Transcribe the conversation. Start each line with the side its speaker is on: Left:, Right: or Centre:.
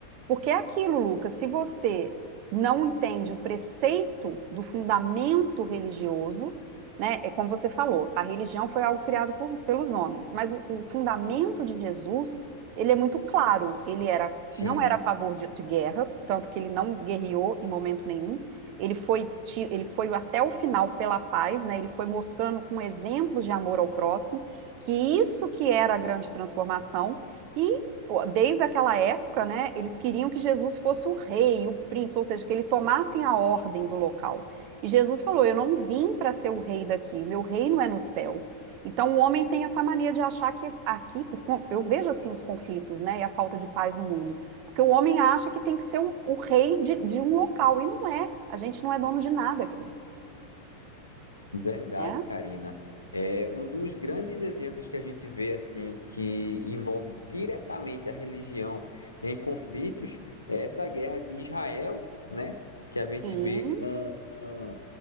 Right: Porque é aquilo, Lucas, se você não entende o preceito do fundamento religioso, né, é como você falou, a religião foi algo criado por- pelos homens, mas o, o fundamento de Jesus, ele é muito claro, ele era,
Left: Sim,
Right: não era a favor de, de guerra, tanto que ele não guerreou em momento nenhum, ele foi, ti- ele foi até o final pela paz, né, ele foi mostrando com exemplos de amor ao próximo, que isso que era a grande transformação, e ó, desde aquela época, né, eles queriam que Jesus fosse o rei, o príncipe, ou seja, que ele tomasse a ordem do local. E Jesus falou: Eu não vim para ser o rei daqui, o meu reino é no céu. Então o homem tem essa mania de achar que aqui, por con- eu vejo assim os conflitos, né, e a falta de paz no mundo, porque o homem acha que tem que ser o, o rei de, de um local, e não é. A gente não é dono de nada aqui,
Left: verdade,
Right: né?
Left: Karina. É um dos grandes exemplos que a gente vê assim que envolve diretamente a religião em conflitos é essa guerra de Israel, né? Que a gente
Right: Sim,
Left: vê com com